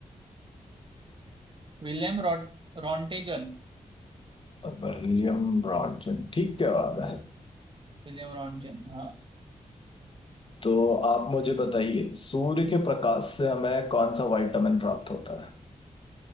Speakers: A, on the right; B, on the left.
A: विलेम रॉट रॉन्टेजन
B: विलियम ब्रॉडजन ठीक जवाब है
A: विलेम रॉन्टेजन हाँ
B: तो आप मुझे बताइए सूर्य के प्रकाश से हमें कौन सा विटामिन प्राप्त होता है